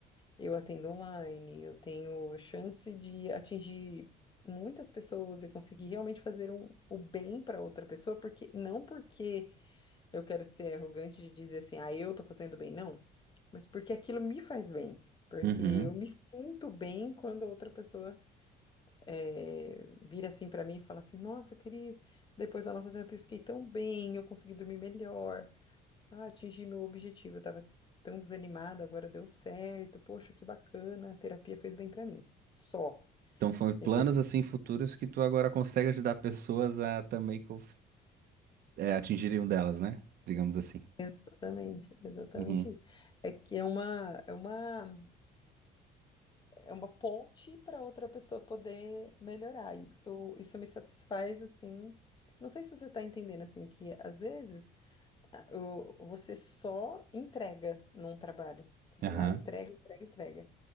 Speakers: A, on the left (about 30°); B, on the right (about 60°).
A: Eu atendo online, eu tenho chance de atingir muitas pessoas e conseguir realmente fazer um, o bem para outra pessoa, porque não porque eu quero ser arrogante de dizer assim, ah, eu tô fazendo bem, não, mas porque aquilo me faz bem. Porque
B: Uhum.
A: eu me sinto bem quando a outra pessoa eh, vira assim para mim e fala assim: Nossa, Cris, depois da nossa terapia eu fiquei tão bem, eu consegui dormir melhor, ah, atingi meu objetivo, eu estava tão desanimada, agora deu certo, poxa, que bacana, a terapia fez bem para mim. Só.
B: Então foi planos
A: Então,
B: assim futuros que tu agora consegue ajudar pessoas a também co- é, atingirem um delas, né? Digamos assim.
A: exatamente, exatamente
B: Uhum.
A: isso. É que é uma, é uma, é uma ponte para outra pessoa poder melhorar. Isso, isso me satisfaz assim. Não sei se você está entendendo assim que às vezes o- você só entrega num trabalho. Você vai
B: Aham.
A: lá, entrega, entrega, entrega.